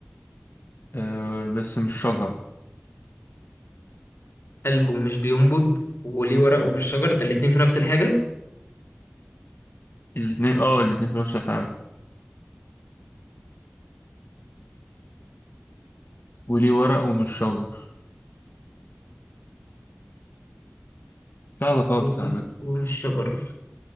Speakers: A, on the left; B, on the left.
A: آه بس مش شجر
B: قلبه مش بينبض وليه ورق ومش شجر ده الاتنين في نفس الحاجة
A: الاتنين اه الاتنين في نفس الحاجة وليه ورق ومش شجر سهلة خالص
B: ليه ورق
A: على فكرة
B: ومش شجر